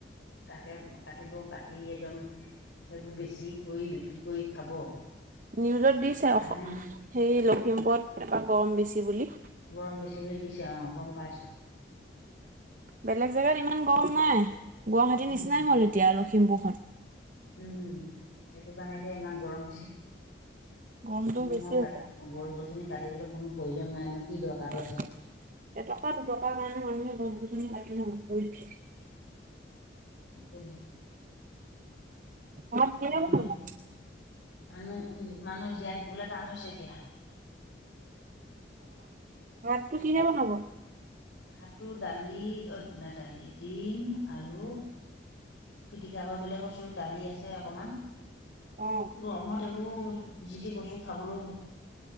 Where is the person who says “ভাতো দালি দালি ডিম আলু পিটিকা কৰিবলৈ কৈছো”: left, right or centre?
Left